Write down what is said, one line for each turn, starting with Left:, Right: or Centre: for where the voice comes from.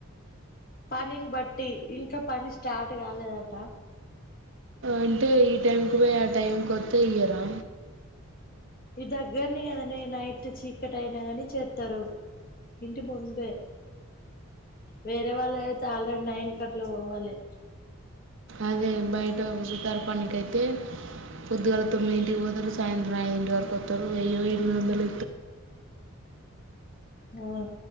Left: పనిని బట్టి ఇంకా పని స్టార్ట్ కాలేదట
Right: అంటే ఈ టైంకి పోయి ఆ టైంకి వత్తే ఇయ్యరా
Left: ఈ దగ్గర్నే కదనే నైట్ చీకటైనా గని చేత్తరు ఇంటి ముందే వేరే వాళ్ళైతే ఆల్రెడీ నైన్ కట్లా పోవాలె
Right: అదే బయట షికార్ పనికైతే పొద్దుగాల తొమ్మిదింటికి పోతరు సాయంత్రం ఐదింటి వరకు వస్తారు వెయ్యో ఎనిమిది వందలో
Left: ఆ